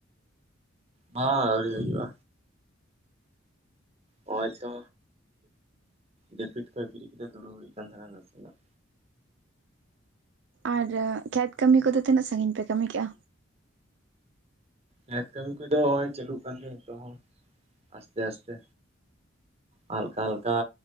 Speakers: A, on the right; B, on the right.
A: ᱦᱚ ᱟᱹᱣᱨᱤ ᱦᱩᱭᱩᱜᱼᱟ᱾ ᱚ ᱟᱪᱷᱟ ᱡᱟᱯᱤᱫ ᱠᱷᱚᱡ ᱵᱮᱨᱮᱫ ᱠᱟᱛᱮ ᱫᱩᱲᱩᱵ ᱦᱩᱭ ᱠᱟᱱᱟ ᱛᱟᱦᱮᱱᱟ ᱱᱟᱥᱮᱱᱟᱜ᱾
B: ᱟᱨ ᱠᱷᱮᱛ ᱠᱟᱹᱢᱤ ᱠᱚᱫᱚ ᱛᱤᱱᱟᱹᱜ ᱥᱟᱺᱜᱤᱧ ᱯᱮ ᱠᱟᱹᱢᱤ ᱠᱮᱜᱼᱟ?
A: ᱱᱮᱛ ᱠᱟᱹᱢᱤ ᱠᱚᱫᱚ ᱱᱚᱜᱚᱭ ᱪᱟᱹᱞᱩᱜ ᱠᱟᱱ ᱜᱮᱭᱟ ᱱᱤᱛᱚᱜ ᱦᱚᱸ ᱟᱥᱛᱮ ᱟᱥᱛᱮ᱾ ᱦᱟᱞᱠᱟ ᱦᱟᱞᱠᱟ